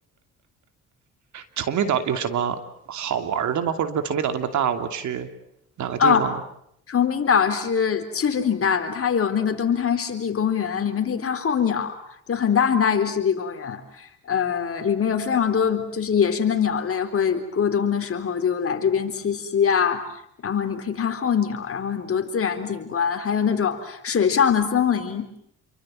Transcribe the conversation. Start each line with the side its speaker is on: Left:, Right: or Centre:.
Right: 崇明岛有什么好玩儿的吗？或者说崇明岛那么大，我去哪个地方呢？
Left: 啊，崇明岛是确实挺大的，它有那个东滩湿地公园，里面可以看候鸟，就很大很大一个湿地公园，呃，里面有非常多就是野生的鸟类会过冬的时候就来这边栖息啊，然后你可以看候鸟，然后很多自然景观，还有那种水上的森林，